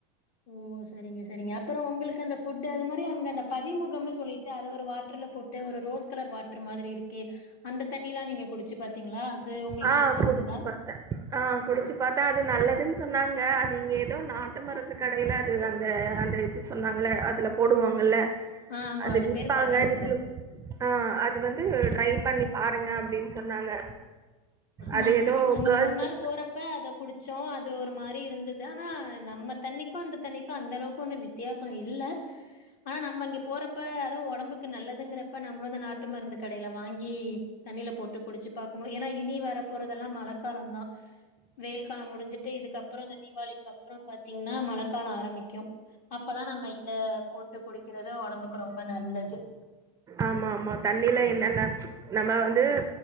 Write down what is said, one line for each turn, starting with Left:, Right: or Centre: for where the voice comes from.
Left: ஓ சரிங்க சரிங்க அப்பறோ உங்களுக்கு அந்த ஃபுட் அது மாரி அங்க அந்த பதிமுகம்ன்னு சொல்லி த அது ஒரு வாட்டர்ல போட்டு ஒரு ரோஸ் கலர் வாட்ரு மாதிரி இருக் ஓகே அந்த தண்ணிலா நீங்க குடிச்சு பாத்தீங்களா அது உங்களுக்கு
Right: ஆ
Left: புடிச்சிருந்துதா
Right: குடிச்சு பாத்தேன். குடிச்சு பாத்தா அது நல்லதுன்னு சொன்னாங்க அது இங்கே எதோ நாட்டு மருந்து கடைல அது அந்த அந்த இது சொன்னாங்கள அதுல போடுவாங்கல்ல
Left: ஆ ஆமா
Right: அது விப்பாங்க
Left: பேரு பதிமுகம்
Right: நீங்ளு ஆ அது வந்து ட்ரை பண்ணி பாருங்க அப்டின் சொன்னாங்க
Left: ஆமா
Right: அது ஏதோ
Left: அங்க
Right: கேர்ள்ஸ்
Left: மூன் நாள் போறப்ப அத குடிச்சோ அது ஒரு மாரி இருந்துதா ஆனா நம்ம தண்ணிக்கும் அந்த தண்ணிக்கும் அந்த அளவுக்கு ஒன்னும் வித்தியாசம் இல்ல ஆனா நம்ம அங்கே போறப்ப அதுவு உடம்புக்கு நல்லதுங்கிறப்ப நம்ம வந்து நாட்டு மருந்து கடைல வாங்கி தண்ணில போட்டு குடிச்சு பாக்கணும் ஏன்னா இனி வர போறதெல்லாம் மழைக்காலந்தான் வெயில் காலம் முடிஞ்சுட்டு இதுக்கப்புறம் இந்த தீபாவளி இதுக்கப்புறம் பாத்தீங்கன்னா மழைக்காலம் ஆரம்பிக்கும் அப்பல்லாம் நம்ம இந்த போட்டு குடிக்கிறது உடம்புக்கு ரொம்ப நல்லது
Right: ஆமா ஆமா தண்ணில என்னன்ன நம்ம வந்து